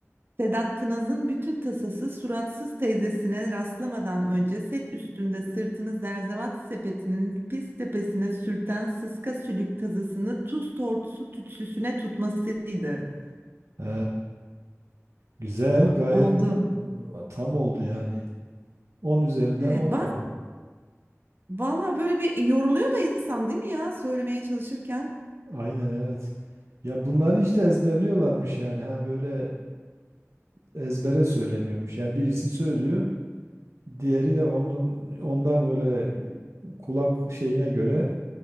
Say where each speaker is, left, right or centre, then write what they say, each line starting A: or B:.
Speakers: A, on the right (about 45°); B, on the right (about 65°).
A: Sedat Tınaz'ın bütün tasası suratsız teyzesine rastlamadan önce set üstünde sırtını zerzevat sepetinin pis tepesine sürten sıska sülük tazısını tuz tortusu tütsüsüne tutmasıydı.
B: He, güzel, gayet
A: Oldu.
B: mm, tam oldu yani. 10 üzerinden
A: Evet,
B: 10 puan.
A: Valla böyle bir yoruluyor da insan değil mi ya söylemeye çalışırken
B: Aynen evet. Ya bunları işte ezberliyorlarmış yani. Ha böyle e, ezbere söyleniyormuş. Yani birisi söylüyor, diğeri de onun ondan böyle kulak şeyine göre